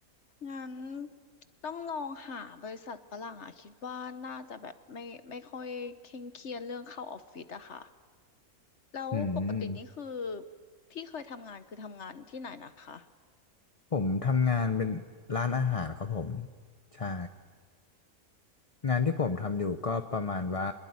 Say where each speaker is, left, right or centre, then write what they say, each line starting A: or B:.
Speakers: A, on the left (about 50°); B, on the left (about 30°).
A: งั้นต้องลองหาบริษัทฝรั่งอะคิดว่าน่าจะแบบไม่ไม่ค่อยเคร่งเครียดเรื่องเข้าออฟฟิศอะค่ะแล้วปกตินี่คือ
B: อืม
A: ที่เคยทำงานคือทำงานที่ไหนนะคะ
B: ผมทำงานเป็นร้านอาหารครับผมใช่ งานที่ผมทำอยู่ก็ประมาณว่า